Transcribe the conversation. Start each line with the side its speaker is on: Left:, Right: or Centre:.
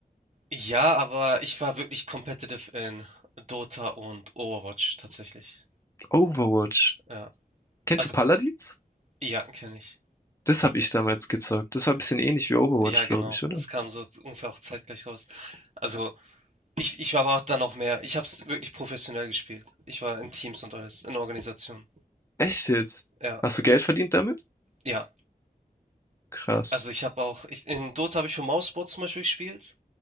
Right: Ja, aber ich war wirklich competitive in Dota und Overwatch tatsächlich.
Left: Overwatch.
Right: Ja.
Left: Kennst
Right: Also,
Left: du Paladins?
Right: ja, kenne ich.
Left: Das habe ich damals gezockt. Das war ein bisschen ähnlich wie Overwatch,
Right: Ja, genau.
Left: glaube ich, oder?
Right: Es kam so ungefähr auch zeitgleich raus. Also, Ich, ich war aber dann noch mehr. Ich habe es wirklich professionell gespielt. Ich war in Teams und alles, in Organisation.
Left: Echt jetzt?
Right: Ja,
Left: Hast du Geld verdient damit?
Right: ja.
Left: Krass.
Right: Also ich habe auch, ich, in Dota habe ich für Mouseboard zum Beispiel gespielt,